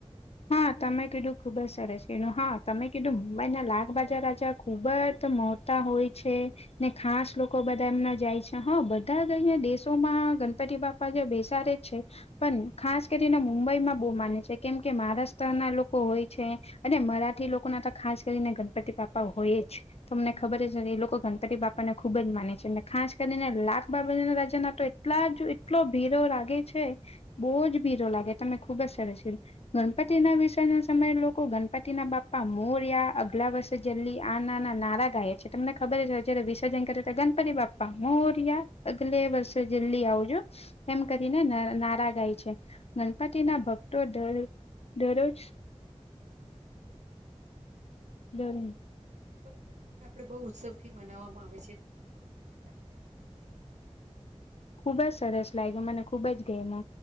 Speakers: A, on the left; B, on the right.
A: હા તમે કીધું ખુબ જ સરસ એનું હા તમે કીધું મુંબઈના લખબજાર રાજા ખુબ જ મો હોય છે. ને ખાસ લોકો બધા એમના જાય છે હા બધા જ અહં દેશોમાં ગણપતિ બાપ બેસારે છે પણ ખાસ કરીને મુંબઈમાં બહુ માને છે કેમ? મહારાષ્ટ્ર ના લોકો હોય છે અને મરાઠી લોકો ના તો ખાસ કરીને ગણપતિ બાપા હોય જ તમને ખબર છે ને એ લોકો ગણપતિ બાપાને ખૂબ જ માને છે અને ખાસ કરીને લાખ બાબાના રાજા ના તો એટલા જો એટલો ભીરો લાગે છે બહુજ ભીરો લાગે તને ખુબ જ સરસી ગણપતિ ના વિષયના સમયે લોકો ગણપતિના બાપા મોરિયા અગલા વર્ષ જલ્દી આના નારા ગાય છે તમને ખબર હ જયારે વિસર્જન કરે તો ગણપતિ બાપા મોરિયા અગલે વર્ષે જલ્દી આવજો એમ કરીને ના નારા ગાય છે ગણપતિ ના ભક્તો દ દરરોજ દન
B: ગણપતિ ને આપણે બહુ ઉત્સવ થી મનાવવામાં આવે છે બધ <unintelligible> વાત કરી કેવી લાગી
A: ખુબ જ સરસ લાગ્યો મને ખુબ જ ગયમો